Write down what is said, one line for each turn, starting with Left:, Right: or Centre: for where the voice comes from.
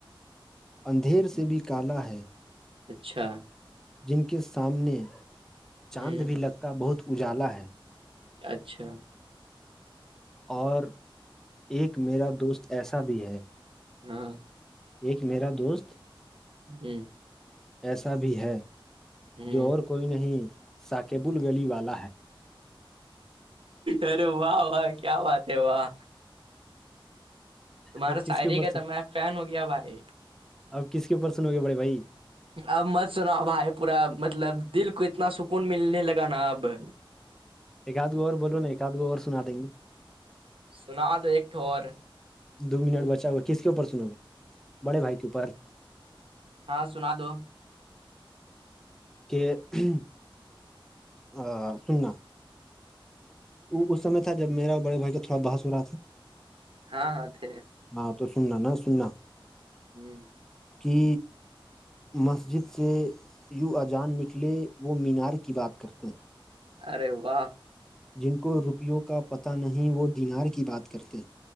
Centre: اندھیر سے بھی کالا ہے
Right: اچھا
Centre: جن کے سامنے
Right: ہوں
Centre: چاند بھی لگتا بہت اجالا ہے
Right: اچھا
Centre: اور ایک میرا دوست ایسا بھی ہے
Right: ہاں
Centre: ایک میرا دوست
Right: جی
Centre: ایسا بھی ہے
Right: ہوں
Centre: جو اور کوئی نہیں ساکیبل گلی والا ہے
Right: ارے واہ واہ کیا بات ہے واہ تمہارا
Centre: اب کس
Right: شعری
Centre: کے اوپر
Right: کا تھا میں فین ہو گیا بھائی
Centre: اب کس کے پرسن ہو گیا بڑے بھائی
Right: اب مت سنا ہو بھائی پورا مطلب دل کو اتنا سکون ملنے لگا نا اب <inaudible>
Centre: ایک آدھ گو اور بولو نا ایک آدھ گو اور سنا دیں گے
Right: سنا دو ایک اور
Centre: دو منٹ بچا ہوا کس کے اوپر سنو گے بڑے بھائی کے اوپر
Right: ہاں سنا لو
Centre: <inaudible> ا سننا اس سمے تھا جب میرا بڑے بھائی کا تھوڑا بحث ہو رہا تھا
Right: ہاں ہاں تھ
Centre: ہاں تو سننا ن سننا
Right: ہوں
Centre: کہ مسجد سے یوں اجان نکلے وہ مینار کی بات کرتے ہیں
Right: ارے وا
Centre: جن کو روپیوں کا پتہ نہیں وہ دینار کی بات کرتے